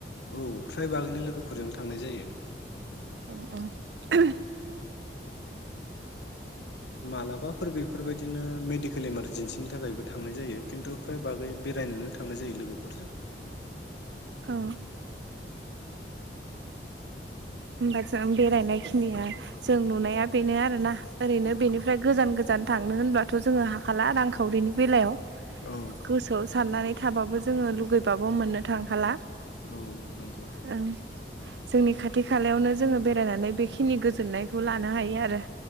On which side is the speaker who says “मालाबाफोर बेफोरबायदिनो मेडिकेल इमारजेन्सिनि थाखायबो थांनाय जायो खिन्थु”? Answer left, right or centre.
Left